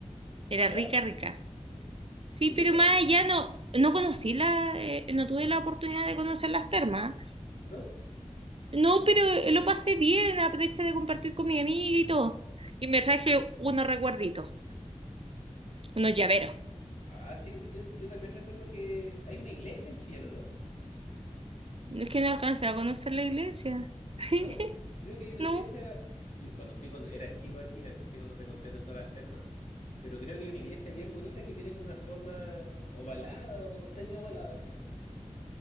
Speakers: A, on the right (about 55°); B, on the left (about 80°).
A: era
B: ¿ya?
A: rica, rica. Sí,
B: ¿Y
A: pero
B: qué tal?
A: más allá no, no conocí la, eh, no tuve la oportunidad de conocer las termas.
B: ¿No?
A: No, pero lo pasé bien, aproveché de compartir con mi amiga y todo. Y me traje unos recuerditos, unos llaveros.
B: Ah, sí, yo, yo también recuerdo que hay una iglesia en Chillán, ¿no?
A: Es que no alcancé a conocer la iglesia. <laughs>
B: ¿No? Creo que hay una
A: No,
B: iglesia. Es que yo cuando fui, cuando era chico a Chillán, ¿cachai? Cuando te conté todo esto de las termas. Pero creo que hay una iglesia bien bonita que tiene como una forma ovalada o semi-ovalada, creo.